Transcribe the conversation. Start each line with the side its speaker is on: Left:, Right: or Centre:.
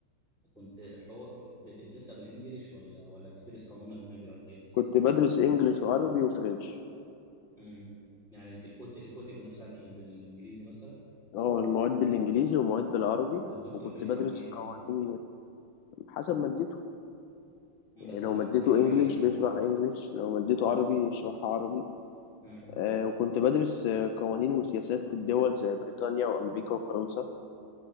Centre: كنت حقوق بتدرسها بالانجلش ولا ولا بتدرس قانون اجنبي ولا ايه بالظبط
Left: كنت بدرس إنجليش وعربي وفرنش
Centre: امم يعني الك- الكت- الكتب نفسها كانت بالانجليزي مثلا
Left: اه المواد بالانجليزي ومواد بالعربي
Centre: والدكتور
Left: وكنت
Centre: بيشرح
Left: مم. بدرس
Centre: بايه بقى
Left: قوانين حسب مادته
Centre: مم،
Left: يعني
Centre: بس
Left: لو
Centre: يعني
Left: مادته
Centre: ممكن يشرح
Left: انجليش
Centre: انجليزي
Left: بيشرح
Centre: عادي
Left: انجليش لو مادته عربي يشرحها عربي
Centre: امم
Left: آه وكنت بدرس آه، قوانين وسياسات الدول زي بريطانيا وامريكا وفرنسا